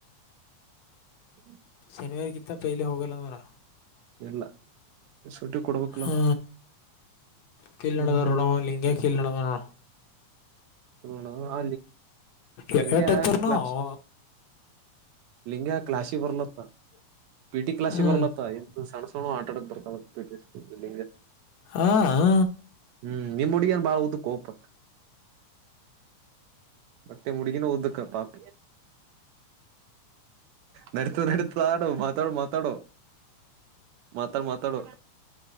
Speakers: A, on the right; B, on the left.
A: ಹ್ಮ
B: ಶನಿಿವಾರತ್ತ ಪೈಲೆ ಹೋಗಲ್ಲ ನಾರ
A: ಇಲ್ಲ ಸುಟಿ ಕೊಡ್ಬೇಕಲ
B: ಹ ಕೀೇಳಡದ
A: ಹ್ಮ್
B: ರೋಡ ಲಿಂಗಗೆ ಕೀೇಳಡದ ರೋಡ
A: ಹನ ಹ
B: ಎ-
A: ಲಿಂಗ
B: ಎಟ್ ಹತ್ತಾರ ನಾವು
A: ಕ್ಲಾಸ್ ಲಿಂಗ ಕ್ಲಾಸಿ ಬರ್ಲತ್ತ ಪಿಟಿ್ಲಾಸ್ಿಗೆ
B: ಹ್ಞೂ
A: ಬರ್ಲತ್ತ ಎ ಸಣ್ಣ ಸಣ ಆಟ ಆಡಕ್ ಬರ್ತಾವ ಪಿಟಿಗೆ
B: ಹಾ ಹ
A: ಹೂ ನಿಮ್ ಹುಡುಗೇನ್ ಬಾಳ್ ಉದ್ದು ಕ ಕೋಪ ಮತ್ತೆ ಹುಡುಗಿ ಉದುಕ ಪಾಪ ನೆಡಿತೆತಿ ನೆಡಿತೆತಿ ಆಡೋ ಮಾತಾಡುೋ ಮಾತಾಡೋ ಮಾತಾಡು ಮಾತಾಡು